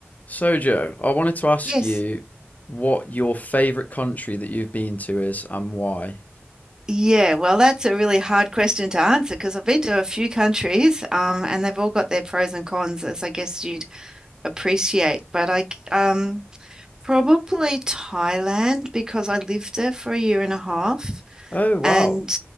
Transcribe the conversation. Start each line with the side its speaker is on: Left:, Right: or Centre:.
Left: So, Joe, I wanted to ask
Right: Yes.
Left: you what your favorite country that you've been to is and why.
Right: Yeah, well, that's a really hard question to answer because I've been to a few countries, um, and they've all got their pros and cons, as I guess you'd appreciate. But I, g- um, probably Thailand because I lived there for a year and a half.
Left: Oh, wow.
Right: And